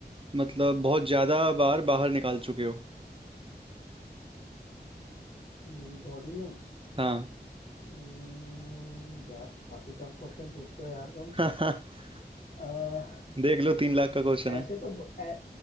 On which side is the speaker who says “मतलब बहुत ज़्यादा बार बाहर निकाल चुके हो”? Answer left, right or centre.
Right